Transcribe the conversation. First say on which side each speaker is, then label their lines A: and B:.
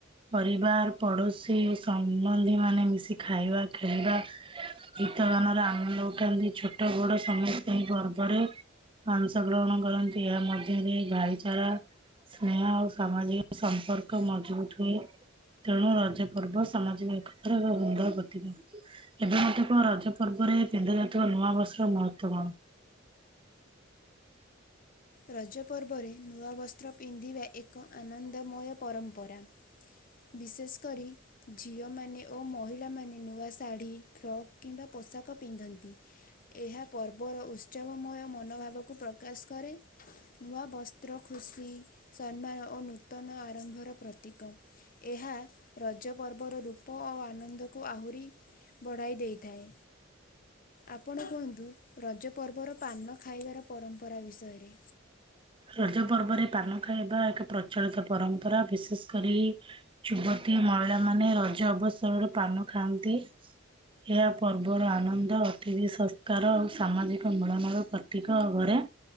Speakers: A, on the right; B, on the left.
A: ପରିବାର ପଡୋଶୀ ଓ ସମ୍ବନ୍ଧୀ ମାନେ ମିଶି ଖାଇବା ଖେଳବା ଗୀତ ଗାନରେ ଆମଳ ଉଠାନ୍ତି ଛୋଟ ବଡ ସମସ୍ତେ ଏହି ପର୍ବରେ ଅଂଶ ଗ୍ରହଣ କରନ୍ତି ଏହା ମଧ୍ୟରେ ଭାଇଚାରା ସ୍ନେହ ଓ ସାମାଜିକ ସମ୍ପର୍କ ମଜବୁତ ହୁଏ। ତେଣୁ ରଜ ପର୍ବ ସାମାଜିକ ଏକତ୍ର <unintelligible> ଏବେ ମୋତେ କହ ରଜ ପର୍ବରେ ପିନ୍ଧା ଜାତକ ନୂଆ ବର୍ଷର <unintelligible>
B: ରଜ ପର୍ବରେ ନୂଆ ବସ୍ତ୍ର ପିନ୍ଧିବେ ଏକ ଆନନ୍ଦମୟ ପରମ୍ପରା ବିଶେଷ କରି ଝିଅମାନେ ଓ ମହିଳାମାନେ ନୂଆ ଶାଢ଼ୀ ଫ୍ରକ୍ କିମ୍ବା ପୋଷାକ ପିନ୍ଧନ୍ତି, ଏହା ପର୍ବର ଉତ୍ସବମୟ ମନୋଭାବକୁ ପ୍ରକାଶ କରେ। ନୂଆ ବସ୍ତ୍ର ଖୁସି ସମ୍ମାନ ଓ ନୂତନ ଆରମ୍ଭର ପ୍ରତୀକ। ଏହା ରଜ ପର୍ବର ରୂପ ଓ ଆନନ୍ଦକୁ ଆହୁରି ବଢ଼ାଇ ଦେଇଥାଏ। ଆପଣ କୁହନ୍ତୁ ରଜ ପର୍ବର ପାନ ଖାଇବାର ପରମ୍ପରା ବିଷୟରେ?
A: ରଜ ପର୍ବରେ ପାନ ଖାଇବା ଏକ ପ୍ରଚଳିତ ପରମ୍ପରା ବିଶେଷ କରି ଯୁବତୀ ମହିଳା ମାନେ ରଜ ଅବସରରୁ ପାନ ଖାଆନ୍ତି। ଏହା ପର୍ବର ଆନନ୍ଦ ଅତିଥି ସଂସ୍କାର ଆଉ ସାମାଜିକ ମୂଳମଳ ପ୍ରତୀକ ଘରେ